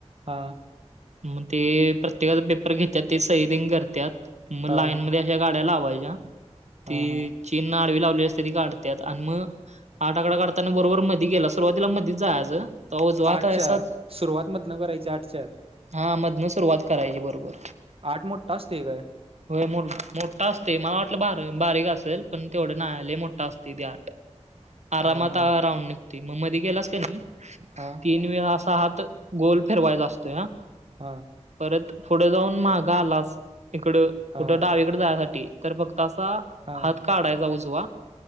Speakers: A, on the right (about 55°); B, on the right (about 75°).
A: हां
B: मग ते प्रत्येकाचा पेपर घेत्यात ते सई दिन करत्यात. मग
A: हा
B: लाईनमध्ये या गाड्या लावायच्या.
A: हा
B: तीअ
A: हा
B: चीनन आडवी लावली असते ती काढत्यात आणि म आठ आकडा काढताना बरोबर मधी गेलास सुरुवातीला मधीच जायाच. तवा जो आताहेसा
A: आठच्या सुरुवात मधनं करायची आठच्या
B: हा मधनं सुरुवात करायची बरोबर.
A: आठ मोठा असतोय काय
B: होय मो मोठा असतय. मला वाटलं बार बारीक असलं, पण तेवढं नाय, लय मोठा असतय ते आट. आरामात
A: हा हा
B: राऊंड निघतो मग मध्ये गेलास का नाही
A: हा
B: तीन वेळ अस हात गोल फिरवायचा असतोय हां.
A: हां.
B: परत पुढं जाऊन मागं आलास इकड
A: हा
B: कुठं डावी कड जाय साठी तर फक्त असा
A: हा
B: हात काढायचा उजवा.